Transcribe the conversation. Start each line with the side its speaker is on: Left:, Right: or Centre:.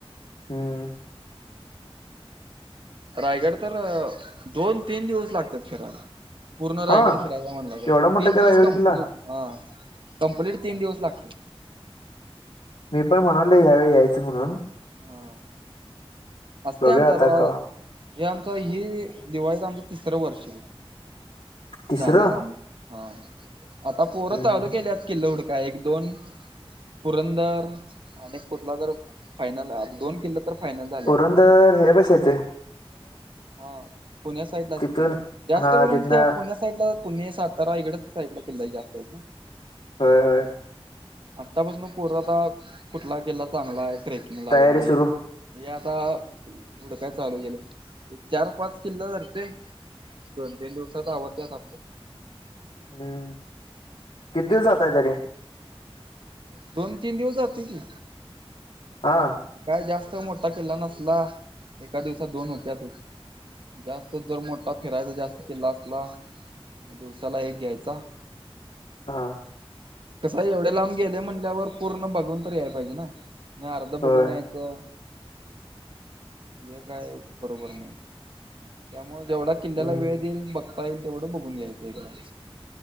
Left: हम्म.
Right: रायगड तर अ दोन तीन दिवस लागत्यात फिरायला. पूर्ण रायगड
Left: हा
Right: फिरायचा म्हणलं तर,
Left: एवढा मोठा
Right: तीन दिवस
Left: का रायगड
Right: कम्प्लीट
Left: किल्ला
Right: हा कम्प्लीट तीन दिवस लागतं.
Left: मी पण म्हणालोय ह्यावेळी यायचं म्हणून,
Right: हा असते
Left: बघूया
Right: आमचा आता
Left: का
Right: काय. हे आमच हि दिवाळीच आमचं तिसरं वर्ष.
Left: तिसरं
Right: जाणार आम्ही हा आता पोरं
Left: हम्म,
Right: चालू
Left: हम्म.
Right: केल्यात किल्ल हूडकाय एक दोन- पुरंदर, आणि कुटला तर फायनल आय आणि दोन किल्ल तर- फायनल झाल्या
Left: पुरंदर हे च्या पशी येतंय.
Right: हा पुण्या साइड लाच
Left: तिथून
Right: की जास्त
Left: हा
Right: करून
Left: तिथनं
Right: त्या पु- पुण्या साईड ला पुणे सातारा इकडच साईड ला किल्लाय जास्त आहेत ना.
Left: होय होय.
Right: आतापासून पोर आता कुठला किल्ला चांगला आहे ट्रेकिंगला
Left: तयारी
Right: वगैरे.
Left: सुरू
Right: हे आता हुड काय चालू केेल्यात चार पाच किल्ल धरतय- दोन तीन दिवसात आवरत्यात आपलं.
Left: हम्म किती दिवस जातय तरी?
Right: दोन तीन दिवस जातय की.
Left: आं.
Right: काय जास्त मोटा कील्ला नसला, एका दिवसात दोन होत्यात. जास्त जर मोठा फिरायचा जास्त किल्ला असला. दिवसाला एक घ्यायचा.
Left: हां.
Right: कसय एवढ्या लांब गेलय म्हणल्यावर पूर्ण बघून तर याय पाहिजे ना. आर्ध बघून
Left: होय
Right: यायचं हे काय बरोबर नाही. त्यामुळे जेवढा किल्ल्याला
Left: हम्म.
Right: वेळ देईल बघता येईल तेवढं बघून घ्यायचं आहे एकदाच.